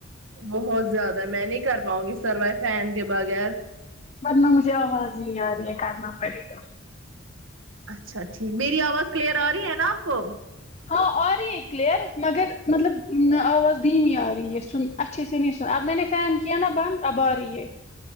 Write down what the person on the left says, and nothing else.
ورنہ مجھے آواز نہیں آ رہی ہے کرنا پڑے گا
ہاں آرہی ہے کلیئر مگر مطلب آواز دھیمی آ رہی ہے سن اچھی سے سن آب میں نے فین کیا نہ بند اب آرہی ہے